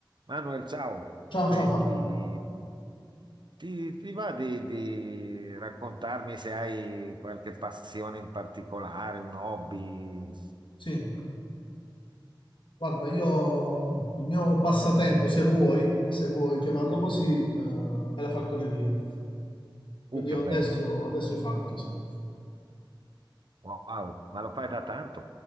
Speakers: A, on the right (about 65°); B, on the left (about 75°).
A: Manuel, ciao.
B: Ciao,
A: Senti,
B: ciao Fabio.
A: ti, ti va di, di raccontarmi se hai qualche passione in particolare, un hobby?
B: Sì, guarda, io il mio passatempo, se vuoi, se vuoi chiamarlo
A: Mm.
B: così, eh, è la falconeria. Quindi
A: Uh, che
B: io addestro,
A: bello.
B: addestro i falchi, sì.
A: Wow, ma lo fai da tanto?